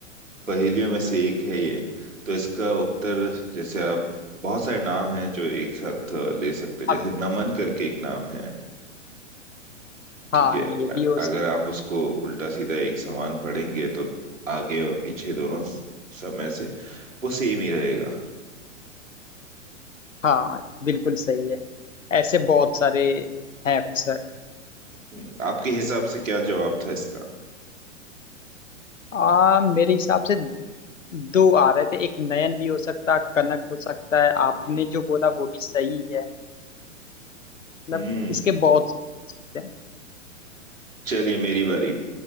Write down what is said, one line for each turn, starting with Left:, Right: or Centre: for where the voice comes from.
Right: पहेलियों में से एक है ये तो इसका उत्तर जैसे आप बहुत सारे नाम हैं जो एक साथ अ, ले सकते हैं
Left: हाँ
Right: जैसे नमन करके एक नाम है ठीक
Left: हाँ,
Right: है
Left: ये
Right: अ-
Left: भी हो सकता
Right: अगर आप उसको उल्टा सीधा एक समान पढ़ेंगे तो आगे और पीछे दोनों स- समय से वो सेम ही रहेगा
Left: हाँ बिल्कुल सही है ऐसे बहुत सारे हैं अक्षर
Right: हम्म, आपके हिसाब से क्या जवाब था इसका
Left: आ मेरे हिसाब से दो आ रहे थे एक नयन भी हो सकता कनक हो सकता है आपने
Right: हम्म
Left: जो बोला वो भी सही है मतलब
Right: हम्म,
Left: इसके बहुत से हैं।
Right: चलिए मेरी बारी